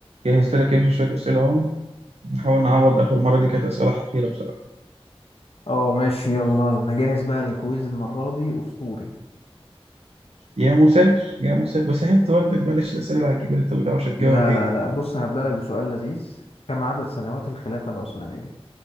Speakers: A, on the right (about 85°); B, on the left (about 70°).
A: جهزت لك يا باشا شوية أسئلة أهم نحاول نعوض آخر مرة دي كانت أسئلة حقيرة بصراحة
B: اه ماشي يلا انا جاهز بقى للكويز المرة دي اسطوري
A: يا مسهل يا مسهل بس حياة والدك بلاش الأسئلة العجيبة اللي أنت ما بتعرفش تجاوب
B: لا
A: دي
B: لا لا بص هبدأ لك بسؤال لذيذ كم عدد سنوات الخلافة العثمانية